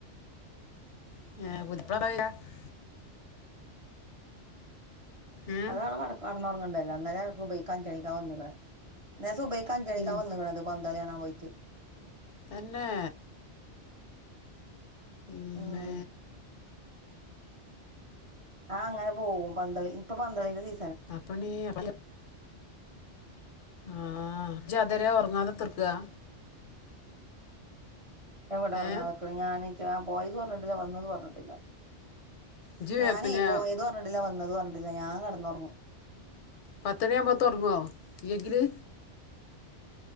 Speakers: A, on the left (about 75°); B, on the right (about 35°).
A: <unintelligible> ഉം
B: അതാട കടക്ക കടന്നോർങ്ങ ണ്ടല്ലോ ഇന്നലെ സുബിയിക്ക അഞ്ചണിക്ക വന്ന്ക്ണെ അന്നരം സുബൈ അഞ്ചണിക്ക
A: ഉം
B: വന്നത് <unintelligible> പന്ത് കളി കാണാൻ പോയിറ്റ്
A: തന്നെ ഇമ്മേ
B: ഉം ആഹ് അങ്ങനെ പോവും പന്തളി ഇപ്പൊ പന്തളിന്റെ സീ
A: അപ്പണ്ണിയെ ആഹ് ഇജ്ജ് അതാരെ ഉറങ്ങാതെ <unintelligible>
B: എവിടെ ഉറങ്ങാതക്ക്ണെ
A: ഏ
B: ഞാൻ നീ ച്ചാ ഞാൻ പോയതു അറിഞ്ഞിട്ടില്ല വന്നതു അറിഞ്ഞിട്ടില്ല
A: ഇജ്ജ്
B: ഞാനേ
A: പിന്നെ
B: പോയത് അറിഞ്ഞിട്ടില്ല വന്നതു അറഞ്ഞിട്ടില്ല ഞാൻ കിടന്ന് ഉറങ്ങും
A: പത്തു മണി ആവുമ്പോത്ത് ഉറങ്ങോ ഇല്ലങ്കില്